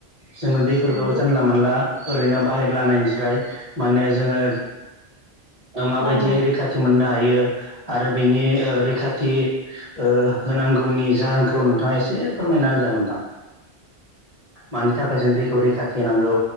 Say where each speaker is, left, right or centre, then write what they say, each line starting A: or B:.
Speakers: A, on the right (about 35°); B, on the left (about 75°).
A: जोङो दैफोरखौ
B: नंगौ
A: जानला मोनला ओरैनो
B: औ
A: बाहाय लानायनिस्राय माने जोङो ओ माबायदिहाय
B: नांगौ
A: रैखाथि मोनना हायो आरो बिनि ओ रैखाथि ओ होनांगौनि जाहोनखौ नोंथाङा एसे फोरमायना होजागोन नोंथां।
B: <inaudible>
A: मानि थाखाय जों दैखौ रैखाथि होनांगौ।